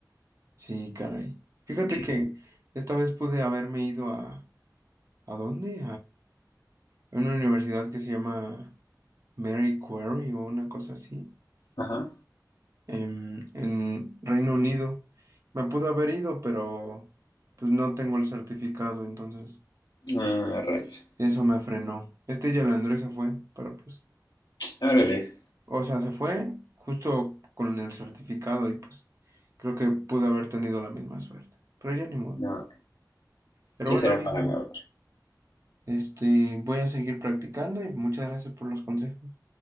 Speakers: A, on the right; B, on the left.
A: Sí, caray. Fíjate
B: Que-
A: que esta vez pude haberme ido a, ¿a dónde? en una universidad que se llama Mary Quarry o una cosa así,
B: Ajá.
A: em, en Reino Unido. Me pude haber ido, pero pues no tengo el certificado, entonces
B: Ah, rayos.
A: eso me frenó. Este Yalandré se fue, pero pues,
B: Árales.
A: o sea, se fue justo con el certificado y pues creo que pude haber tenido la misma suerte, pero ya ni modo.
B: No,
A: Pero
B: ya
A: bueno,
B: será
A: viejo,
B: para la otra.
A: este, voy a seguir practicando y muchas gracias por los consejos.